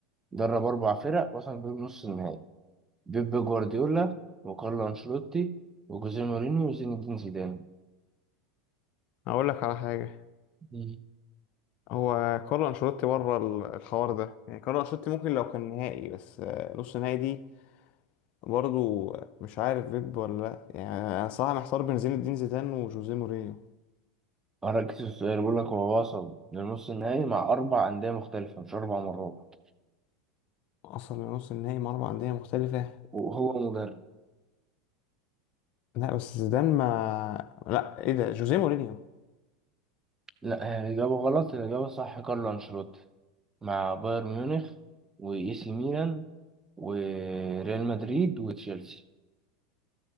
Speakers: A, on the right; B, on the left.
A: درب أربع فرق وصل بيهم نص النهائي بيب جوارديولا وكارلو أنشيلوتي وجوزيه مورينيو وزين الدين زيدان
B: أقول لك على حاجة
A: مم.
B: هو كارلو أنشيلوتي بره ال- الحوار ده يعني كارلو أنشيلوتي ممكن لو كان نهائي بس آه، نص نهائي دي برضو مش عارف بيب ولا لا يعني انا صراحه محتار بين زين الدين زيدان وجوزيه مورينيو
A: أنا ركزت في السؤال بقول لك هو وصل لنص النهائي مع أربع أندية مختلفة مش أربع مرات
B: اصلا لنص النهائي مع اربع انديه مختلفه
A: وهو مدرب
B: لا بس زيدان ما لا ايه ده جوزيه مورينيو
A: لا هي الإجابة غلط الإجابة صح كارلو أنشيلوتي مع بايرن ميونخ وإي سي ميلان وريال مدريد وتشيلسي